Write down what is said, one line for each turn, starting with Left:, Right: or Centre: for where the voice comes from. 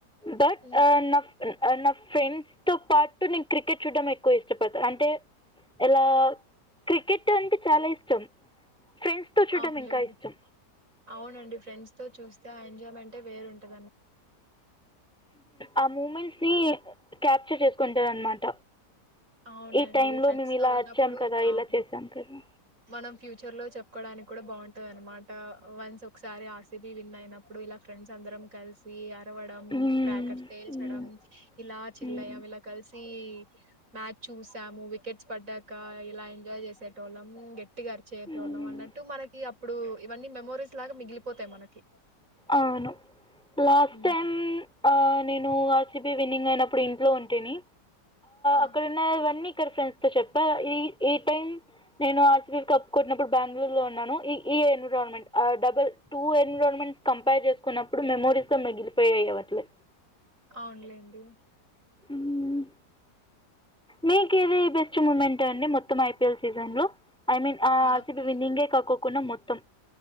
Centre: బట్
Right: హ్మ్.
Centre: అ నఫ్ నా ఫ్రెండ్స్ తో పాటు నేను క్రికెట్ చూడ్టడం ఎక్కువ ఇష్టపడుతాను అంటే ఏలా క్రికెట్ అంటే చాలా ఇష్టం ఫ్రెండ్స్ తో చూడటడం
Right: అవునులెండి.
Centre: ఇంకా ఇష్టం
Right: అవునండి ఫ్రెండ్స్ తో చూస్తే ఆ ఎంాయ్మెంటే వేరూంటద్
Centre: ఆ మూమెంట్స్ ని క్యాప్చర్ చేసుకుంటాదన్నమాట
Right: అవునండి.
Centre: ఈ టైమ్ లో
Right: ఫ్రెండ్స్‌తో
Centre: మేము ఇలా
Right: ఉన్నప్పుడు
Centre: అరిచం కదా
Right: అవును.
Centre: ఇలా చేసాం కదా
Right: మనం ఫ్యూచర్ లో చెప్పుకోడానికి కూడా బాగుంటది అనమాట వన్స్ ఒకసారి ఆర్సిబి విన్ అయినప్పుడు ఇలా ఫ్రెండ్ మంచ్ అందరం కలిసి ఆ రవడం
Centre: మ్మ్.
Right: క్రాకర్ పేల్చడం
Centre: మ్మ్.
Right: ఇలా చిల్లయం
Centre: మ్మ్.
Right: ఇలా కలిసి మ్యాచ్ చూసాము వికెట్స్ పడ్డాక ఇలా ఎంజాయ్ చేసేటోళ్ళం ట్టిగారిచేటోల్లం
Centre: మ్మ్.
Right: అన్నట్టు మనకి అప్పుడు ఇవన్నీ మెమోరీస్ లాగా మిగిలిపోతాయి మనకి
Centre: అవును లాస్ట్
Right: ఉమ్.
Centre: టైమ్ ఆ నేను ఆర్సీబీ విన్నింగ్ అయినప్పుడు ఇంట్లో ఉంటిని
Right: ఆ
Centre: అక్కడున్నవన్నీ ఇక్కడి ఫ్రెండ్స్ తో చెప్ప ఈ టైమ్ నేను ఆర్సీబీ కప్ కొట్టినప్పుడు బెంగళూరు లో ఉన్నాను ఈ ఎన్విరాన్మెట్ ఆ డబల్ టూ ఎన్విరాన్మెట్ కంపర్ చేసుకున్నప్పుడు మెమోరీస్ గా మిగిలిపోయాయి అవట్లే
Right: అవునులేండి
Centre: ఉమ్ నీకు ఇది బెస్ట్ మూమెంట్ అండి మొత్తం ఐపీఎల్ సీజన్ లో ఐ మీన్ ఆ
Right: నాకు
Centre: ఆర్సీబీ విన్నింగే కాక్కోకుడా మొత్తం